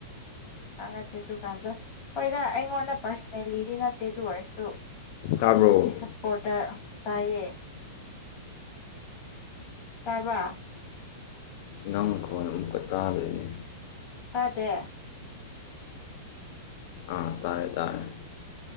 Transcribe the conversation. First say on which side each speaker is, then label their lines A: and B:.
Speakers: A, on the left (about 35°); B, on the left (about 50°).
A: ꯑ ꯑꯗꯨ ꯗꯨꯀꯥꯟꯗ ꯍꯣꯏꯗ ꯑꯩꯉꯣꯟꯗ ꯄꯔꯁꯅꯦꯜꯂꯤꯗꯤ ꯅꯠꯇꯦ ꯑꯗꯨ ꯑꯣꯏꯔꯁꯨ
B: ꯇꯥꯕ꯭ꯔꯣ
A: ꯏꯒꯤ ꯁꯞꯄꯣꯔꯇ ꯇꯥꯏꯌꯦ ꯇꯥꯕ꯭ꯔꯥ
B: ꯅꯪ ꯈꯣꯟ ꯑꯃꯨꯛꯀ ꯇꯥꯗꯔ꯭ꯦꯅꯦ
A: ꯇꯥꯗꯦ
B: ꯑꯥ ꯇꯥꯔꯦ ꯇꯥꯔꯦ